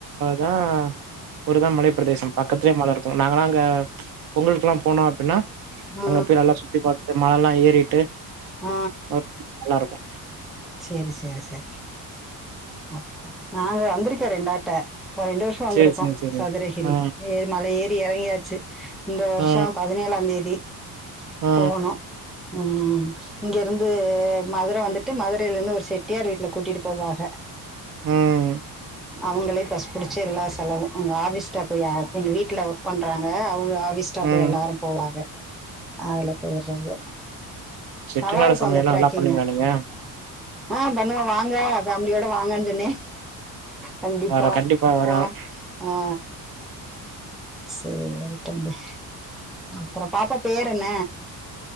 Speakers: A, on the right; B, in the centre.
A: தா ஒருதா மலைப்பிரதேசம் பக்கத் க்லே மலஇருக்கூ நாங்கலா அங்க பொங்களுக்குல்லா போனோ அப்பின்னா
B: ஆ
A: அப்பி நல்லா சுத்தி பாத்துட்டு மழல்லா ஏறிட்டு
B: அ
A: ம் நல்லாருக்கு
B: சேரி சேரி சேரி அப் நா வந்திருக்கே ரெண்டாட்ட ஒரு ரெண்டு வர்ஷொ வந்துருக்குகோ
A: சரி, சரி, சரி.
B: சதுரஹிரி
A: ஆ,
B: ஏறி மல ஏறி எறங்கியாச்சு இந்த வர்ஷொ
A: ஆ,
B: பதினேழாம் தேதி
A: ஆ,
B: போணு ம் இங்க இருந்து மதுர வந்துட்டு மது ரெல்லெந்து ஒர் செட்டியார் வீட்ல கூட்டிட்டு போவாஹ
A: ம்,
B: அவங்களே பஸ்டபுடிச்சு எல்லா செலவு அங்க ஆபீஸ் ஸ்டாப் எ எங் வீட்டுல பண்றாங்க அவுக ஆபீஸ்டாப்
A: ம்.
B: எல்லாரு போவாக அதுல பெயிற்றது
A: செட்டிநாடு
B: நல்லாருக்கு
A: சமையல்லாம்
B: அந்த ட்ரக்ககிங்க
A: நல்லா பண்ணுவீங்களா நீங்க?
B: ஆ பண்ணுவோ வாங்க ஃபேமிலியோட வாங்கன் சொன்னே கண்டிப்பா
A: வரேன். வரேன்.
B: அ ஆ சேர் தம்பி அப்புற பாப்பா பேரு என்ன